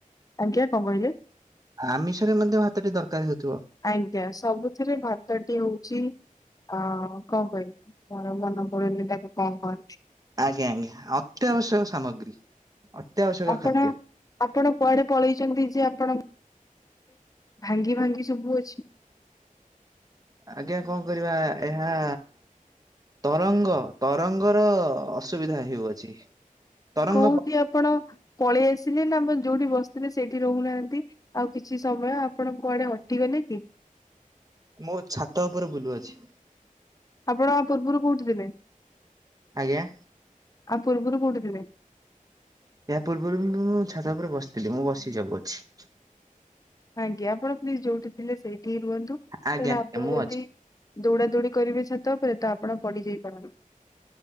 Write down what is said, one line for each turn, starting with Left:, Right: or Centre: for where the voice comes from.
Left: ଆଜ୍ଞା କଁ କଇଁଲେ?
Right: ଆମିଷରେ ମଧ୍ୟ ଭାତଟି ଦରକାର ହଉଥିବ?
Left: ଆଜ୍ଞା ସବୁଥିରେ ଭାତଟି ହଉଚି ଅଁ କଁ କହିବି ମୋର ମନେ ପଡ଼ୁନି ତାକୁ କଁ କହନ୍ତି।
Right: ଆଜ୍ଞା ଆଜ୍ଞା ଅତ୍ୟାବଶ୍ୟକ ସାମଗ୍ରୀ। ଅତ୍ୟାବଶ୍ୟକ
Left: ଆପଣ
Right: ଖାଦ୍ୟ
Left: ଆପଣ କୁଆଡ଼େ ପଳେଇଚନ୍ତିଯେ ଆପଣ ଭାଙ୍ଗି ଭାଙ୍ଗି ଶୁବୁ ଅଛି?
Right: ଆଜ୍ଞା କଣ କରିବା ଏହା ତରଙ୍ଗ ତରଙ୍ଗର ଅସୁବିଧା ହେଉଅଛି। ତରଙ୍ଗ
Left: କୋଉଠି ଆପଣ ପଳେଇ ଆସିଲେନା ଆପଣ ଯୋଉଠି ବସିଥିଲେ ସେଇଠି ରହୁନାହାନ୍ତି ଆଉ କିଛି ସମୟ ଆପଣଙ୍କ କୁଆଡ଼େ ହଟିଗଲେ କି?
Right: ମୁଁ ଛାତ ଉପରେ ବୁଲୁଅଛି।
Left: ଆପଣ ୟା ପୂର୍ବରୁ କୋଉଠି ଥିଲେ?
Right: ଆଜ୍ଞା?
Left: ୟା ପୂର୍ବରୁ କୋଉଠି ଥିଲେ?
Right: ଏହା ପୂର୍ବରୁବି ମୁଁ ଛାତ ଉପରେ ବସିଥିଲି ମୁଁ ବସି ଯାଉ ଅଛି।
Left: ଆଜ୍ଞା ଆପଣ ପ୍ଲିଜ୍ ଯୋଉଠି ଥିଲେ ସେଇଠିହିଁ ରୁହନ୍ତୁ କାରଣ
Right: ଆଜ୍ଞା ଆଜ୍ଞା
Left: ଆପଣ
Right: ମୁଁ
Left: ଯଦି
Right: ଅଛି
Left: ଦୌଡ଼ା ଦୌଡ଼ି କରିବେ ଛାତ ଉପରେ ତ ଆପଣ ପଡ଼ି ଯାଇପାରନ୍ତି।